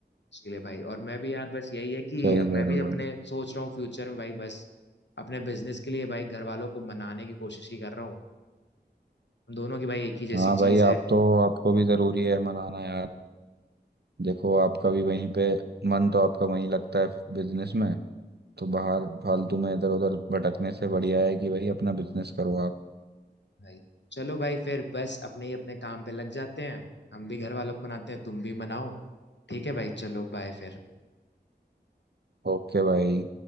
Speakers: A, on the left; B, on the right.
A: इसीलिए भाई और मैं भी यार बस यही है कि
B: सही
A: अब
B: कह
A: मैं
B: रहे
A: भी
B: हो
A: अपने
B: भाई
A: सोच रहा हूँ फ्यूचर में भाई बस अपने बिजनेस के लिए भाई घर वालों को मनाने की कोशिश ही कर रहा हूँ हम दोनों की भाई एक ही जैसी
B: हाँ भाई
A: चीज है
B: आप तो आपको भी जरूरी है मनाना यार देखो आपका भी वहीं पे मन तो आपका वहीं लगता है बिजनेस में तो बाहर फालतू में इधर उधर भटकने से बढ़िया है कि भाई अपना बिजनेस करो आप
A: भाई चलो भाई फिर बस अपने ही अपने काम पे लग जाते हैं हम भी घर वालों को मनाते हैं तुम भी मनाओ ठीक है भाई चलो बाय फिर
B: ओके भाई